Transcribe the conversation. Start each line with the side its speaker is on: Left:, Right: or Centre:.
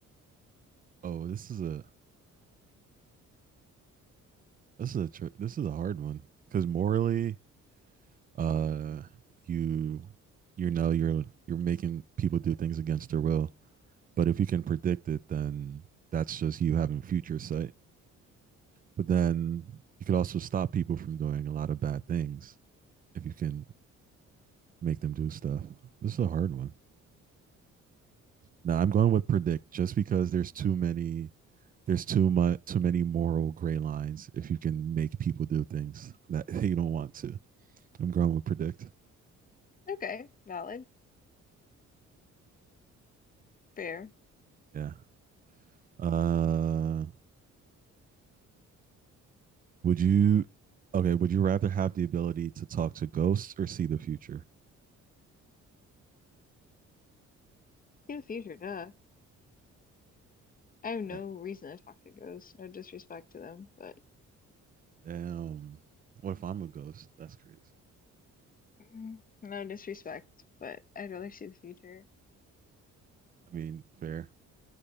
Right: Oh, this is a this is a tr- this is a hard one because morally, uh, you you know you're you're making people do things against their will. But if you can predict it, then that's just you having future sight. But then you could also stop people from doing a lot of bad things if you can make them do stuff. This is a hard one. Now I'm going with predict just because there's too many there's too much too many moral gray lines if you can make people do things that <laughs> they don't want to. I'm going with predict.
Left: Okay, valid, fair.
Right: Yeah. Uh would you okay, would you rather have the ability to talk to ghosts or see the future?
Left: See the future, duh. I have no
Right: Yeah.
Left: reason to talk to ghosts. No disrespect to them, but
Right: Damn. What if I'm a ghost? That's crazy.
Left: Mm, no disrespect, but I'd rather see the future.
Right: I mean, fair.